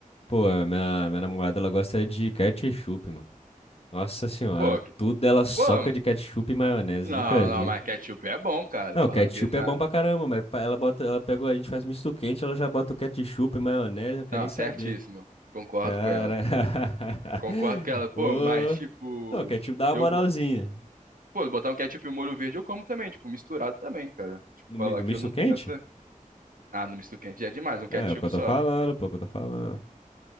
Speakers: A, on the left; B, on the right.
A: Pô, a minha, minha namorada, ela gosta é de ketchup, mano. Nossa senhora,
B: Pô, que-
A: tudo ela soca
B: pô,
A: de ketchup e maionese,
B: não,
A: nunca vi.
B: não, mas ketchup é bom, cara.
A: Não,
B: Falar
A: ketchup
B: que não.
A: é bom pra caramba, mas pa- ela bota, ela pega, a gente faz misto quente, ela já bota o ketchup e maionese, eu não quero
B: Não,
A: nem saber.
B: certíssimo. Concordo
A: Cara.
B: com ela.
A: <laughs>
B: Concordo com ela. Pô,
A: Ô.
B: mas, tipo.
A: Não, ketchup dá uma
B: Eu,
A: moralzinha.
B: Pô, botar um ketchup e um molho verde eu como também, tipo, misturado também, cara. Tipo,
A: No,
B: falar
A: mi- no misto
B: que eu não
A: quente?
B: tenho essa. Ah, no misto quente já é demais, um ketchup
A: É, é o que eu tô
B: só.
A: falando, pô, é o que eu tô falando.